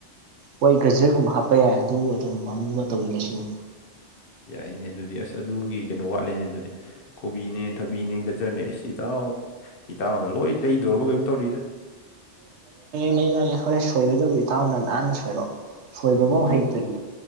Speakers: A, on the right; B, on the left.
A: ꯍꯣꯏ ꯒꯖꯔꯒꯨꯝꯕ ꯍꯥꯞꯄ ꯌꯥꯏ ꯑꯗꯨ ꯑꯗꯨꯝ ꯑꯃꯝꯕ ꯇꯧꯁꯤꯜꯂꯁꯤꯅꯦ
B: ꯌꯥꯏꯅꯦ ꯑꯗꯨꯗꯤ ꯑꯁ ꯑꯗꯨꯒꯤ ꯀꯩꯅꯣ ꯋꯥꯠꯂꯦꯅꯦ ꯑꯗꯨꯗꯤ ꯀꯣꯕꯤꯅꯦ ꯊꯕꯤꯅꯦ ꯒꯖꯔꯅꯦ ꯑꯁ ꯏꯇꯎ ꯏꯇꯥꯎꯅ ꯂꯣꯏ ꯂꯩꯗꯧꯔꯕ ꯀꯩꯅꯣꯝ ꯇꯧꯔꯤꯗ
A: ꯂꯩꯔꯛ ꯑꯒꯦ ꯍꯣꯔꯦꯟ ꯁꯣꯏꯕꯗꯕꯨ ꯏꯇꯥꯎꯅ ꯅꯥꯥꯟꯅ ꯁꯣꯏꯔꯛꯑꯣ ꯁꯣꯏꯕꯕꯧ
B: ꯑꯣ ꯑꯗꯨ
A: ꯍꯩꯇ꯭ꯔꯗꯤ